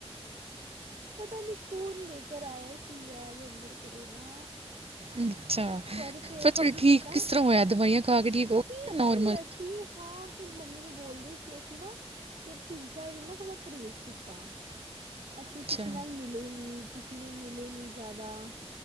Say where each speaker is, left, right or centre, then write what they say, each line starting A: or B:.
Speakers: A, on the right; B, on the right.
A: ਪਤਾ ਨੀ ਕੌਣ ਲੈਕਰ ਆਇਆ ਸੀ ਵਿਯਾ ਦੇ ਅੰਦਰ ਕਰੋਨਾ।
B: ਅੱਛਾ
A: ਪਰ ਫੇਰ
B: ਫਿਰ
A: ਅਸੀਂ
B: ਤੁਹਾਡੇ
A: ਕੀ
B: ਠੀਕ
A: ਕੀਤਾ,
B: ਕਿਸ ਤਰ੍ਹਾਂ ਹੋਇਆ ਦਵਾਈਆਂ ਖਾ ਕੇ ਹੋ
A: ਠੀਕ
B: ਗਏ ਨਾਰਮਲ
A: ਹੀ ਅਸ ਤੀਰ ਹਾਅ, ਫਿਰ ਮੰਮੀ ਨੂੰ ਬੋਲਦੇ ਸੀ ਅਸੀਂ ਨਾ ਫਿਰ ਤਿੰਨ-ਚਾਰ ਦਿਨ ਨਾ ਥੋੜ੍ਹਾ ਪਰੇਜ ਕੀਤਾ। ਅਸੀਂ
B: ਅੱਛਾ
A: ਕਿਸੀ ਨਾਲ ਮਿਲੇ ਨੀ, ਕਿਸੀ ਨੂੰ ਮਿਲੇ ਨੀ ਜਯਾਦਾ।